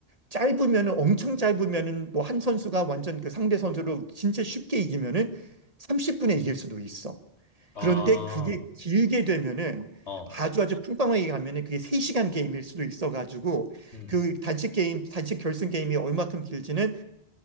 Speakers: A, on the right; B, on the left.
A: 짧으면은 엄청 짧으면은 뭐 한 선수가 완전 그 상대 선수로 진짜 쉽게 이기면은 30분에 이길 수도 있어.
B: 아,
A: 그런데 그게 길게 되면은
B: 어,
A: 아주 아주 팽팽하게 가면은 그게 3시간 게임일 수도 있어 가지고
B: 음,
A: 그 단식 게임, 단식 결승 게임이 얼마큼 길지는